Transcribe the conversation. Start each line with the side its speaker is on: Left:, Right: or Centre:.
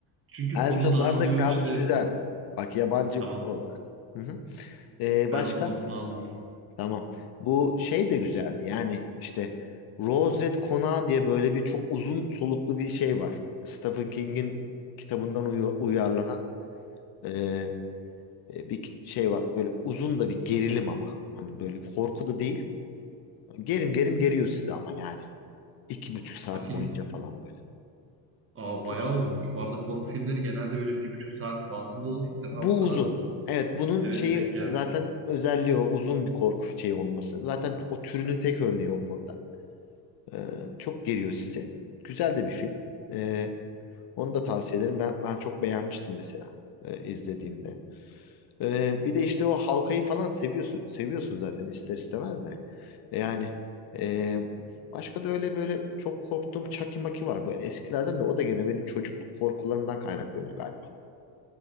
Right: Çünkü
Left: El
Right: konu
Left: Sokağında
Right: dağılıyor
Left: Kabus
Right: işte
Left: güzeldi. Bak yabancı
Right: tamam
Left: olarak. Hı hı. E,
Right: ben
Left: başka?
Right: onun notumu aldım.
Left: Tamam. Bu şey de güzeldi. Yani işte Rose Red Konağı diye böyle bir çok uzun soluklu bir şey var. Stephen King'in kitabından uyu- uyarlanan. Ee, E, bir şey var böyle uzun da bir gerilim ama. Hani böyle korku da değil. Gerim gerim geriyor sizi ama yani. İki buçuk saat
Right: A, film
Left: boyunca falan böyle.
Right: Aa,
Left: Çok
Right: bayağı uzunmuş. Bu arada korku filmleri genelde böyle bir buçuk saat bandında olur. İlk defa
Left: bu
Right: bu kadar
Left: uzun.
Right: uzun.
Left: Evet bunun
Right: Evet
Left: şeyi
Right: denk geldim.
Left: zaten özelliği o uzun bir korku şeyi olması. Zaten o türünün tek örneği o konuda. E, çok geriyor sizi. Güzel de bir film. E, onu da tavsiye ederim. Ben, ben çok beğenmiştim mesela e, izlediğimde. E, bir de işte o halkayı falan seviyorsun seviyorsun zaten ister istemez de. Yani e, başka da öyle böyle çok korktuğum Chucky Maki var. Bu eskilerden de o da gene benim çocukluk korkularımdan kaynaklanıyor galiba.